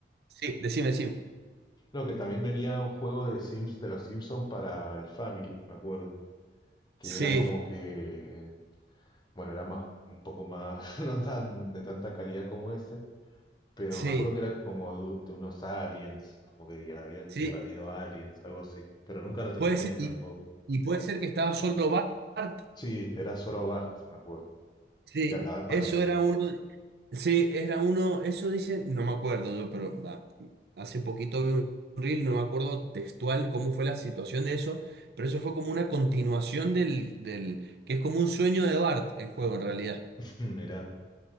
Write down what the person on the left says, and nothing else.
no, que también venía un juego de Sims, de los Simpsons para el Family, me acuerdo, que
era como que, eh, bueno, era más, un poco más, <laughs> no tan de tanta calidad como ese, pero
me acuerdo que era como de, de unos aliens, como que habían
invadido aliens, algo así, pero nunca lo terminé
tampoco.
Sí, era solo Bart, me acuerdo.
Y andaba en patinete.
<laughs> Mirá,